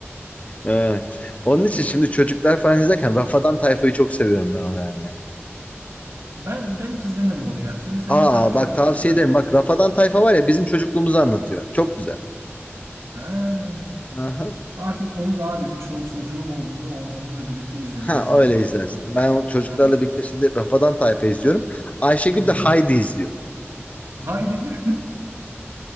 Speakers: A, on the left; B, on the right.
A: Evet. Onun için
B: Evet.
A: şimdi çocuklar falan izlerken Rafadan Tayfa'yı çok seviyorum ben o nedenle.
B: Ben ben hiç izlemedim onu ya. Şimdi senin
A: Aa
B: tabii ço-
A: bak tavsiye
B: çocuklar.
A: ederim. Bak Rafadan Tayfa var ya bizim çocukluğumuzu anlatıyor. Çok güzel.
B: Ha.
A: Aha.
B: Artık onu da abi bir ço- çocuğum olduğunda on- onunla birlikte izlemeye
A: Ha
B: sağ
A: öyle
B: saklayayım.
A: izlersin. Ben o çocuklarla
B: Aynen.
A: birlikte şimdi Rafadan Tayfa izliyorum. Ayşegül
B: Hı hı.
A: de Haydi izliyor.
B: Haydi mi? <laughs>